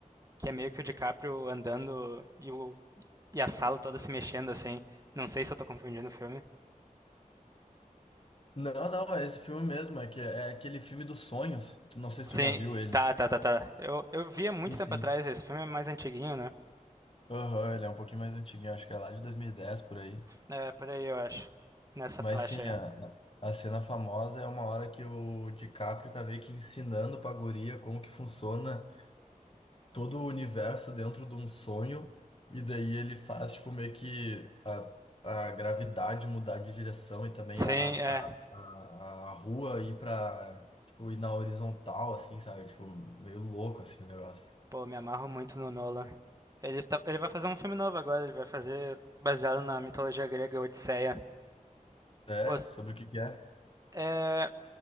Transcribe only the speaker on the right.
que é meio que o DiCaprio andando e o e a sala toda se mexendo assim. Não sei se eu tô confundindo o filme.
Sim,
tá, tá, tá, tá. Eu eu vi há
muito tempo
atrás esse filme, é mais antiguinho, né?
É, por aí eu acho, nessa
faixa.
aí.
Sim,
é.
Pô, me amarro muito no Nolan. Ele tá, ele vai fazer um filme novo agora, ele vai fazer baseado na mitologia grega Odisseia.
Pô,
É,